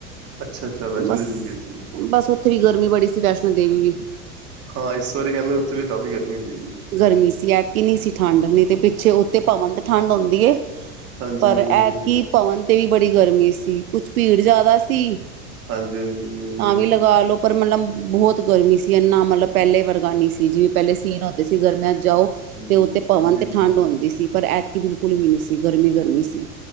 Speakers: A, on the right (about 35°); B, on the right (about 75°).
A: ਅੱਛਾ ਅੱਛਾ ਵੈਸ਼ਨੋ
B: ਬਸ,
A: ਦੇਵੀ ਗਏ ਸੀ
B: ਬਸ ਓਥੇ ਵੀ ਗਰਮੀ ਬੜੀ ਸੀ ਵੈਸ਼ਨੋ ਦੇਵੀ ਵੀ।
A: ਹਾਂ, ਇਸ ਵਾਰੀ ਕੈ ਲੋ ਓਂਥੇ ਵੀ ਕਾਫ਼ੀ ਗਰਮੀ ਹੈਗੀ ਸੀ।
B: ਗਰਮੀ ਸੀ ਐਤਕੀ ਨਈਂ ਸੀ ਠੰਡ ਨਈਂ ਤੇ ਪਿੱਛੇ ਓਥੇ ਭਵਨ ਤੇ ਠੰਡ ਹੰਦੀ ਏ।
A: ਹਾਂਜੀ
B: ਪਰ
A: ਹਾਂਜੀ ਹਾਂਜੀ
B: ਐਤਕੀ
A: ਹਾਂਜੀ
B: ਭਵਨ ਤੇ ਵੀ ਬੜੀ ਗਰਮੀ ਸੀ ਕੁਛ ਪੀੜ ਜਾਦਾ ਸੀ
A: ਹਾਂਜੀ ਹਾਂਜੀ ਹਾਂਜੀ ਹਾਂਜੀ
B: ਤਾਂ ਵੀ ਲਗਾ ਲੋ ਪਰ ਮਤਲਬ ਬੋਹਤ ਗਰਮੀ ਸੀ ਇੰਨਾ ਮਤਲਬ ਪੈਲੇ ਵਰਗਾ ਨੀ ਸੀ ਜੀ ਪੈਲੇ ਸੀਨ ਹੁੰਦੇ ਸੀ ਗਰਮੀਆਂ ਚ ਜਾਓ
A: ਹਾਂਜੀ,
B: ਤੇ ਉੇਤੇ ਭਵਨ ਤੇ
A: ਜੀ
B: ਠੰਡ
A: ਜੀ
B: ਹੁੰਂਦੀ ਸੀ ਪਰ ਐਤਕੀ ਬਿਲਕੁਲ ਵੀ ਨੀ ਸੀ, ਗਰਮੀ-ਗਰਮੀ ਸੀ।